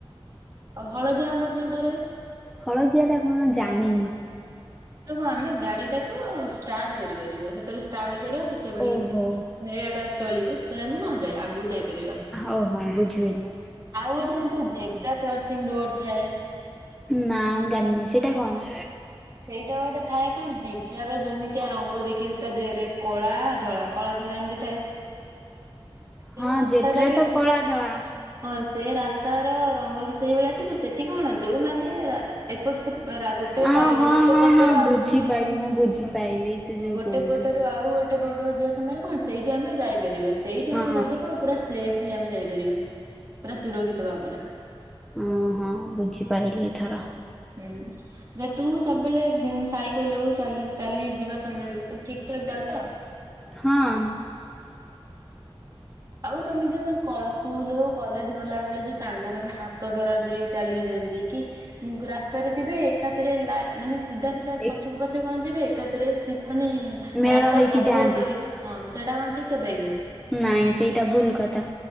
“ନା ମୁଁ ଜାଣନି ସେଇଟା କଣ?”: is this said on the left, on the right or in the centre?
Centre